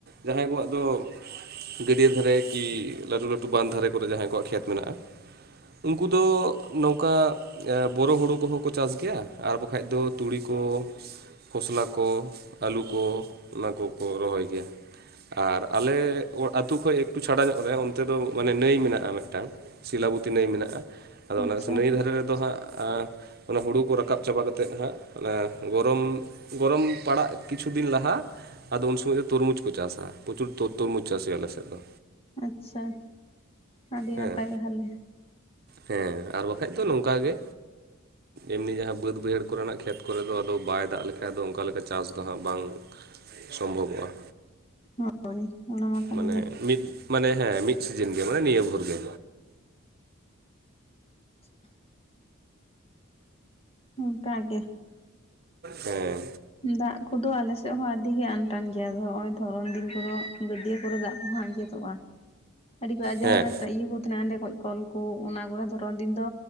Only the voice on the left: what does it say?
ᱟᱪᱪᱷᱟ
ᱟᱪᱪᱷᱟ ᱟᱹᱰᱤ
ᱱᱟᱯᱟᱭ ᱛᱟᱦᱚᱞᱮ᱾
ᱦᱳᱭ ᱚᱱᱟ ᱢᱟ ᱠᱟᱱ
ᱜᱮᱭᱟ
<unintelligible> ᱚᱱᱠᱟ ᱜᱮ
ᱫᱟᱜ ᱠᱚᱫᱚ ᱟᱞᱮᱥᱮᱫ ᱦᱚᱸ ᱟᱹᱰᱤ ᱜᱮ ᱟᱱᱴᱟᱱ ᱜᱮᱭᱟ ᱱᱚᱜ ᱚᱭ ᱫᱷᱚᱨᱚᱱ ᱫᱤᱱ ᱠᱚᱫᱚ ᱜᱟᱹᱰᱭᱟᱹ ᱠᱚᱨᱮ ᱫᱟᱜ ᱠᱚᱦᱟᱸᱜ ᱟᱸᱡᱮᱫᱚᱜᱼᱟ᱾ ᱟᱹᱰᱤ ᱠᱚ ᱡᱟᱦᱟᱸ
ᱤᱭᱟᱹ ᱠᱚ ᱛᱟᱦᱮᱱᱟ ᱚᱸᱰᱮ ᱠᱚᱡ ᱠᱚᱞ ᱠᱚ ᱚᱱᱟ ᱠᱚᱨᱮ ᱫᱷᱚᱨᱚᱱ ᱫᱤᱱ ᱫᱚᱼᱼ